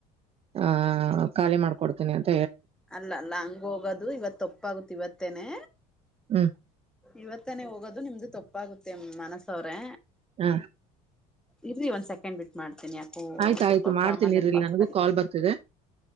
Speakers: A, on the right; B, in the centre.
A: ಆಹ. ಖಿ ಮಾಡಕಡ್ತನಿ ಅಂತ.
B: ಅಲ್ಲ ಅಲ್ಲ ಹಂಗ ಹೋಗೋದು ಇವತ್ ತಪ್ಪಾಗುುತ್ತ ಇವತ್ತೇನೆ.
A: ಹ್ಮ್
B: ಇವತ್ತಾನೇ ಹೋಗೋದು ನಿಮ್ದು ತಪ್ಪಾಗುತ್ತೆ ಮನಸವ್ರೆ.
A: ಹ್ಮ.
B: ಇರಿ ಒಂದ್ ಸೆಕೆಂಡ್ ಬಿಟ್ಟ ಮಾಡ್ತೀನಿ ಯಾಕೋ
A: ಆಯ್ತ
B: ಸ್ವಲ್ಪ
A: ಆಯ್ತು ಮಾಡ್ತೀನಿ
B: ಪ ಮನಲ್
A: ಇರ್ರಿ
B: ಬಾಕ್ತಾರಿ.
A: ನನ್ಗೂ ಕಾಲ್ ಬರ್ತಿದೆ